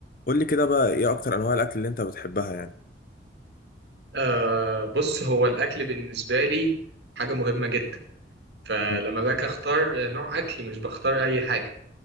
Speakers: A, on the left; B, on the right.
A: قول لي كده بقى ايه اكتر انواع الاكل اللي انت بتحبها يعني
B: آه بص هو الأكل بالنسبة لي حاجة مهمة جدا فلما
A: مم.
B: باجي أختار نوع أكل مش بختار أي حاجة